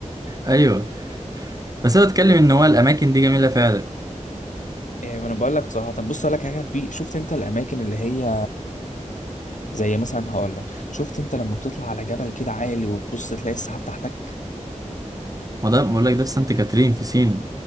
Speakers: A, on the right (about 30°); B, on the left (about 75°).
A: أيوه بس أنا بتكلم إن هو الأماكن دي جميلة فعلا
B: إيه، ما انا بقول لك بصراحه طب بص اقول لك حاجه في شفت انت الاماكن اللي هي زي مثلا هقول لك شفت انت لما بتطلع على جبل كده عالي وتبص تلاقي السحاب تحتك
A: وده بقول لك ده في سانت كاترين في سينا